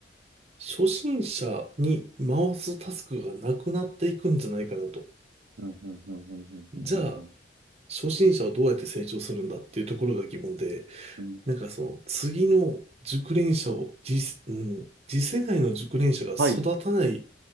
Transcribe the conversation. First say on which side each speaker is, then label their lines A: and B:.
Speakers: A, on the right; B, on the right.
A: 初心者に回すタスクがなくなっていくんじゃないかなと。
B: うんうんうんうんうんうん
A: じゃあ、初心者はどうやって成長するんだっていうところが疑問で、
B: うん
A: なんかその次の熟練者を次、うん、次世代の熟練者が育たない
B: はい、